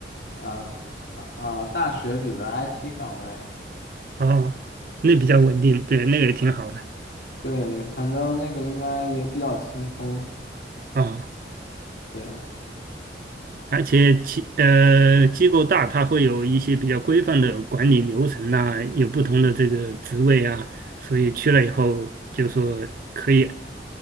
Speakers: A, on the left; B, on the right.
A: 呃，啊啊，大学里的 IT 岗位。
B: 哦，那比较稳定，对，那个也挺好的
A: 对，反正那个应该也比较轻松。
B: 啊。
A: 对，
B: 而且机呃机构大，它会有一些比较规范的管理流程呐、有不同的这个职位啊，所以去了以后就说可以，